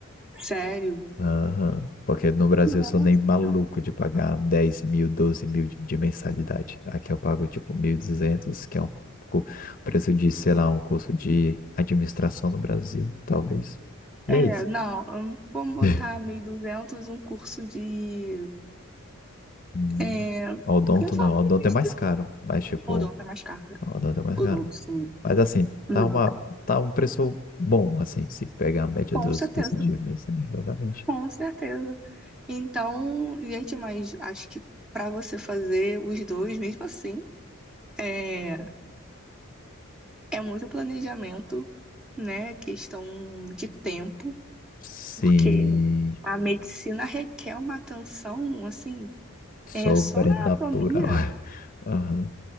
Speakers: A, in the centre; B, on the left (about 40°).
A: sério?
B: Aham. Porque no Brasil
A: Nossa.
B: eu sou nem maluco de pagar 10 mil, 12 mil de de mensalidade. Aqui eu pago tipo 1.200 que é um cu- preço de, sei lá, um curso de administração no Brasil, talvez. E
A: É,
B: é isso.
A: não, hum, vamos botar
B: <laughs>
A: mil e duzentos um curso de.
B: Hum.
A: É,
B: Odonto
A: principalmente
B: não, odonto é mais caro, mas tipo,
A: odonto é mais caro. né?
B: odonto é mais
A: Odonto,
B: caro.
A: sim.
B: Mas assim,
A: Hum,
B: tá uma, tá um preço bom, assim, se pegar a média
A: com
B: dos
A: certeza,
B: custos de medicina, exatamente.
A: com certeza. Então, gente, mas acho que para você fazer os dois, mesmo assim, é, é muito planejamento, né? Questão de tempo,
B: Sim,
A: porque a medicina requer uma atenção, assim,
B: sobrenatural.
A: é só na anatomia.
B: <laughs> Aham.